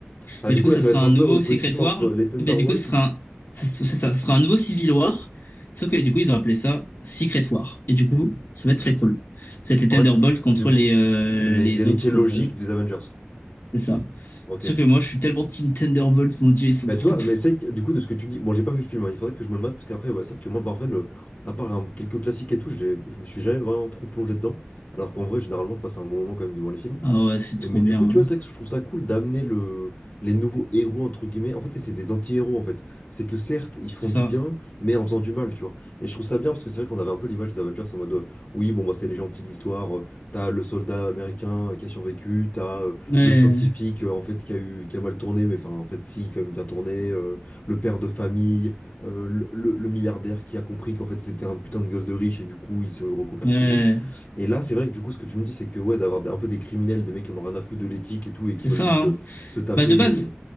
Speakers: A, on the left; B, on the left.
A: Ah,
B: Mais
A: du
B: du
A: coup,
B: coup, ça
A: là, ça
B: sera
A: va être
B: un
A: un peu
B: nouveau
A: opposition
B: Secret War.
A: entre les Thunderbolts.
B: Et bah, du coup, ce sera un, ça, c'est ça, ce sera un nouveau Civil War. Sauf que du coup, ils ont appelé ça Secret War. Et du coup, ça va être très cool. C'était Thunderbolt
A: En fait,
B: contre
A: du coup,
B: les, euh,
A: les
B: les
A: héritiers
B: autres.
A: logiques
B: euh,
A: des Avengers.
B: c'est ça.
A: Ok.
B: Sauf que moi, je suis tellement Team Thunderbolt, mon Dieu, ils sont
A: Bah,
B: trop.
A: tu vois, mais
B: <laughs>
A: c'est que, du coup, de ce que tu me dis, bon, j'ai pas vu le film, hein, il faudrait que je me le mate, parce qu'après, ouais, c'est vrai que moi, Marvel, euh, à part hein, quelques classiques et tout, j'ai- je me suis jamais vraiment trop plongé dedans. Alors qu'en vrai, généralement, je passe un bon moment quand même devant les films.
B: Ah ouais, c'est
A: Et,
B: trop
A: mais
B: bien.
A: du coup,
B: hein.
A: tu vois, c'est vrai que je trouve ça cool d'amener le, les nouveaux héros, entre guillemets. En fait, c'est c'est des anti-héros, en fait. C'est que certes, ils
B: C'est
A: font
B: ça.
A: du bien, mais en faisant du mal, tu vois. Et je trouve ça bien, parce que c'est vrai qu'on avait un peu l'image des Avengers en mode, euh, oui, bon, bah, c'est les gentils de l'histoire. euh, T'as le soldat américain qui a survécu, t'as euh,
B: Ouais,
A: le scientifique, euh, en fait, qui a eu, qui a mal tourné, mais enfin, en fait, si, quand même bien tourné. euh, le père de famille, euh, le, le- le milliardaire qui a compris qu'en fait, c'était un putain de gosse de riche, et du coup, il se reconvertit
B: ouais,
A: et tout. Et là, c'est vrai que du coup, ce que tu me dis, c'est que ouais, d'avoir un peu des criminels, des mecs qui en ont rien à foutre de l'éthique et tout, et qui
B: c'est
A: veulent
B: ça.
A: juste
B: hein.
A: euh, se taper.
B: Bah de base,
A: et-